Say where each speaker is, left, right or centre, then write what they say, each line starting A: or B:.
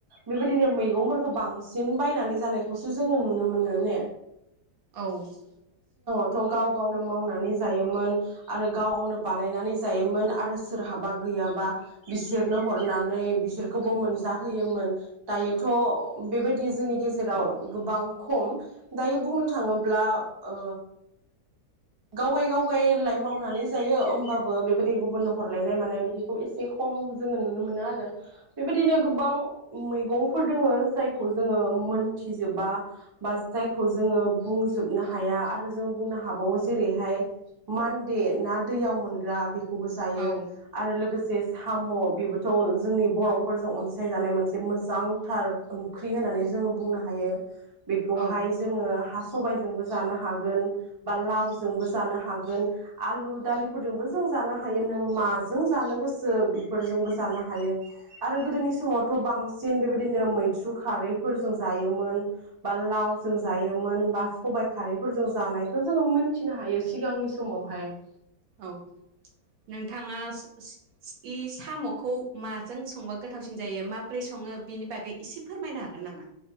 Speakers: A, on the right; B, on the right.
A: बेबायदिनो मैगंफोरखौ बांसिन बायनानै जानायखौसो जोङो नुनो मोनो ने?
B: औ ।
A: थ' गाव गावनो मावनानै जायोमोन आरो गाव गावनो बानायनानै जायोमोन आरो सोरहाबा गैयाबा बिसोरनो हरनानै बिसोरखौबो मोनजाहोयोमोन दायो थ' बेबायदि जोंनि गेजेराव गोबां खम दायो बुंनो थाङोब्ला ओ गाव गाय गाव गाय लाय मावनानै जायो होमबाबो बेबायदि गुबुननो हरलायनाय मानाय बिदिखौ एसे खम जोङो नुनो मोनो आरो बेबायदिनो गोबां मैगं फोर दोङो जायखौ जोङो मोनथि जोबा बा जायखौ जोङो बुंजोबनो हाया आरो जों बुंनो हाबावो जेरैहाय मान्दे ना दैयाव मोनग्रा बेखौ खौबो जायो
B: औ
A: आरो लोगो जे साम' बेबोथ' जोंनि बर'फोरजों अनसायजानाय मोनसे मोजांथार ओंख्रि होननानै जोङो बुंनो हायो । बेखौहाय
B: औ
A: जोङो हा सबायजोंबो जानो हागोन बा लावजोंबो जानो हागोन आलु दालिफोरजोंबो जों जानो हायो नों माजों जानो गोसो बेफोरजोंबो जानो हायो आरो गोदोनि समावथ' बांसिन बेबायदिनो मैथ्रु खारैफोर जों जायोमोन । बा लावजों जायोमोन । बा सबाइ खारैफोरजों जानायखौ जोङो मोनथिनो हायो सिगांनि समावहाय ।
B: औ नोंथाङा सि-सि-सि साम'खौ माजों संबा गोथावसिन जायो माब्रै सङो बेनि बागै एसे फोरमायनो हागोन नामा?